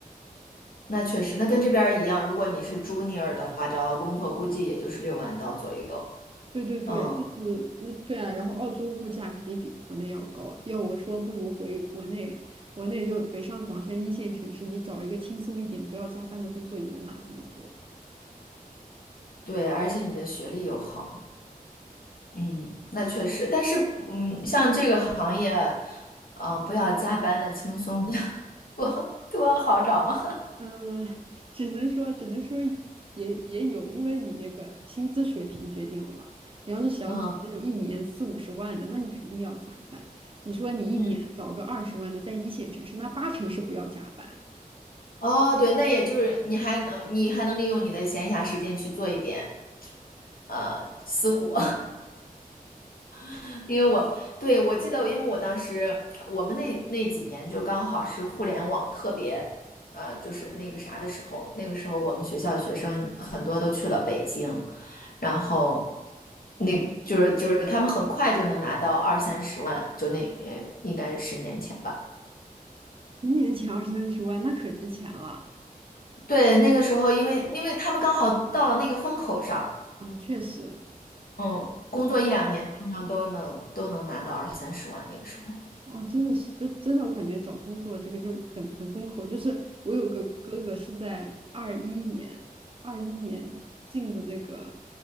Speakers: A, on the left; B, on the right.
A: 那确实，那跟这边儿一样。如果你是 junior 的话，找到工作估计也就是六万刀左右。
B: 对对对，
A: 嗯，
B: 就是那对啊，然后澳洲物价肯定比国内要高，要我说不如回国内，国内就北上广深一线城市，你找一个轻松一点、不要加班的工作也能拿这么多。
A: 对，而且你的学历又好，嗯，那确实。但是，嗯，像这个行业，啊、不要加班的，轻松的 <laughs>，多多好找吗？
B: 嗯，<laughs> 只能说，只能说也也有，因为你那个薪资水平决定了嘛。你要是想找那种一年四五十万的，
A: 嗯
B: 那你肯定要加班。你说你一年找个二十万的，
A: 嗯。
B: 在一线城市，那八成是不要加班。
A: 哦，对，那也就是你还能你还能利用你的闲暇时间去做一点呃私活，<laughs> 因为我对我记得，因为我当时我们那那几年就刚好是互联网特别就是那个啥的时候，那个时候我们学校的学生很多都去了北京，然后那就是就是他们很快就能拿到二三十万，就那呃应该是十年前吧。
B: 一年前二三十万，那可值钱了
A: 对，那个时候因为因为他们刚好到了那个风口上。
B: 啊！确实，
A: 嗯，工作一两年，
B: 这。
A: 基本上都能都能拿到二三十万那个时候。
B: 哦，真的是，就真的，我感觉找工作这个就很很风口。就是我有个哥哥是在二一年，二一年进的那个，